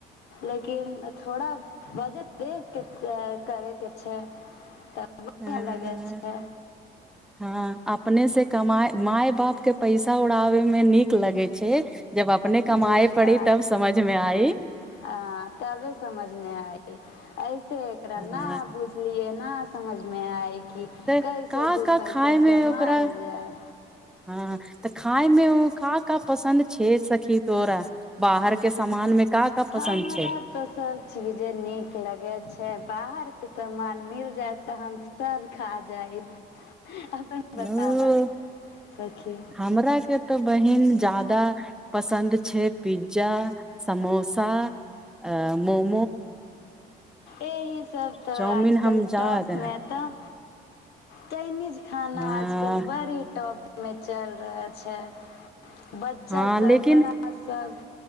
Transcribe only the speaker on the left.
लेकिन थोड़ा वजट देख के प्यार करै कि छै तऽ
लगे छै
जे
बात
ह तबे समझमे आइ आइ से एकरा
ने बुझलियए ने समझमे क
कैसे
दू
पैसा
कमायल
जाय
हमरा
तऽ सभ चीजे नीक लगैत छै बाहर के समान मिल जायत तऽ हम सब खा जायब अपन बताबा
सखी
एहि सब तऽ
आजकल
टॉप मे तऽ चाइनीज <unintelligible> खाना
आजकल बड़ी टॉप में चल रहै छै बच्चा
सब बड़ा सब